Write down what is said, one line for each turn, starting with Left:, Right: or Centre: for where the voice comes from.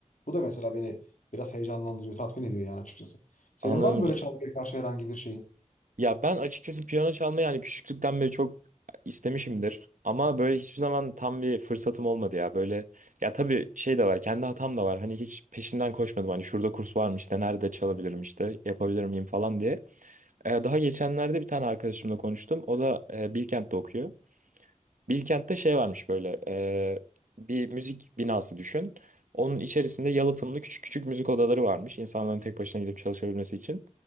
Left: Bu da mesela beni biraz heyecanlandırıyor, tatmin ediyor yani açıkçası. Senin
Right: Anladım.
Left: var mı böyle çalmaya karşı herhangi bir şeyin?
Right: Ya ben açıkçası piyano çalmayı yani küçüklükten beri çok istemişimdir. Ama böyle hiçbir zaman tam bir fırsatım olmadı ya. Böyle ya tabii şey de var, kendi hatam da var. Hani hiç peşinden koşmadım. Hani şurada kurs varmış işte nerede çalabilirim işte yapabilir miyim falan diye. Ee, daha geçenlerde bir tane arkadaşımla konuştum. O da e, Bilkent'te okuyor. Bilkent'te şey varmış böyle e, bir müzik binası düşün. Onun içerisinde yalıtımlı küçük küçük müzik odaları varmış. İnsanların tek başına gidip çalışabilmesi için.